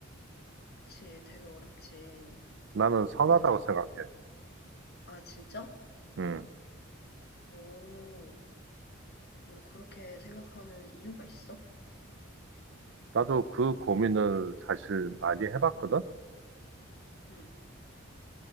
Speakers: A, on the left (about 50°); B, on the right (about 60°).
A: 그치, 되게 어렵지.
B: 나는 선하다고
A: 근데 되,
B: 생각해.
A: 아, 진짜?
B: 음,
A: 오, 음, 그렇게 생각하는 이유가 있어?
B: 나도 그 고민을 사실 많이 해봤거든?
A: 응,